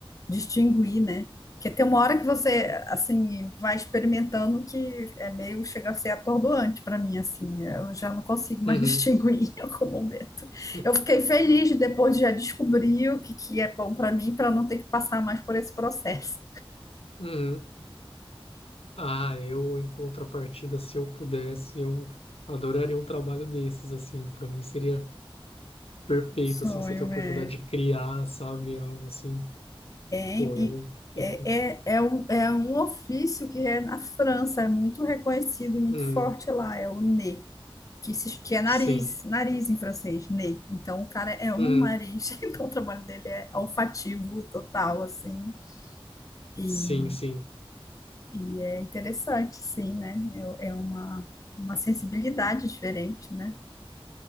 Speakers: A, on the left; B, on the left.
A: distinguir, né? Porque tem uma hora que você, assim, vai experimentando que é meio, chega a ser atordoante para mim, assim. Eu já não consigo mais
B: uhum,
A: <laughs> distinguir em algum momento.
B: <laughs>
A: Eu fiquei feliz depois de já descobrir o que, que é bom para mim, para não ter que passar mais por esse processo.
B: uhum. Ah, eu, em contrapartida, se eu pudesse, eu adoraria um trabalho desses, assim, para mim seria perfeito,
A: Sonho,
B: assim, você ter a oportunidade
A: é.
B: de criar, sabe, algo assim,
A: É,
B: pô,
A: e-
B: eu... eu-
A: é, é, é, um, é um ofício que é na França, é muito reconhecido, muito
B: Uhum,
A: forte lá, é o NE. que, se- que é nariz,
B: sim,
A: nariz em francês, nez. Então, o cara é um
B: uhum,
A: nariz, <laughs> então o trabalho dele é olfativo total, assim. E,
B: sim, sim.
A: e é interessante, sim, né? É, é uma, uma sensibilidade diferente, né?